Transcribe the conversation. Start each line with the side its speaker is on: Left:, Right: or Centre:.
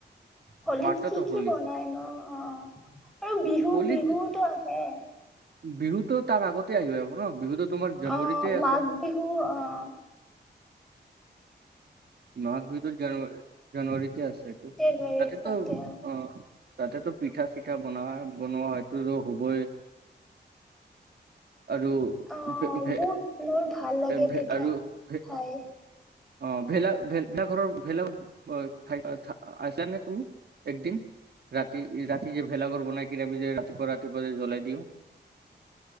Centre: হোলীত
Right: মাৰ্চত
Centre: কি কি
Right: হলী
Centre: বনাইনো? অ' আৰু বিহু
Right: হলীত
Centre: বিহুটো আহে।
Right: বিহুতো তাৰ আগতে আহি পাব ন? বিহুতো তোমাৰ জানুৱাৰীতে
Centre: অ'-মাঘ
Right: আছে
Centre: বিহু - অ'
Right: মাঘ বিহুত জানুৱাৰী- জানুৱাৰীতে আছেতো।
Centre: যে হেৰি
Right: তাতেতো
Centre: পাতে
Right: অ' তাতেতো পিঠা চিঠা বনাৱা-বনোৱা হয়টো-টো হ'বই। আৰু
Centre: অ'
Right: ভে ভে
Centre: বহুত বহুত ভাল লাগে
Right: ভে
Centre: পিঠা,
Right: আৰু ভে
Centre: খাই।
Right: অ ভেলা-ভেল ভেলাঘৰৰ ভেলা-আ' খাই আ' খাই আছানে তুমি, একদিন? ৰাতি- ৰাতি যে ভেলাঘৰ বনাই কিনে আমি যে ৰাতিপুৱা ৰাতিপুৱা যে জ্বলাই দিওঁ।